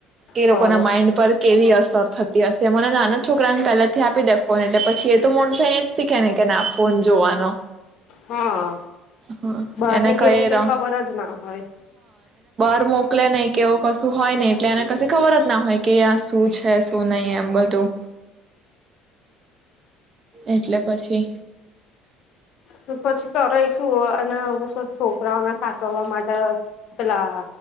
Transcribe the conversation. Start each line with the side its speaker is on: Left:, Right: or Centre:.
Right: એ
Left: હા
Right: લોકો ના માઇન્ડ પર કેવી અસ ર થતી હશે મને નાના છોકરાને પહેલાથી આપી દે ફોન એટલે પછી એ તો મોટું થઈને જ શીખે ને કે ના ફોન જોવાનો.
Left: હા
Right: હ
Left: બહારની
Right: એને
Left: ગેમને કઈ
Right: ર
Left: ખબર જ ના હોય.
Right: મોક્યા નઇ કેવું પ શું હોય ને એટલે એને કછી ખબર જ ના હોય કે આ શું છે શું નહીિ એમ બધું એટલે પછી
Left: તો પછી કરઈશું અને હ છોકરાઓને સાચવવા માટે પેલા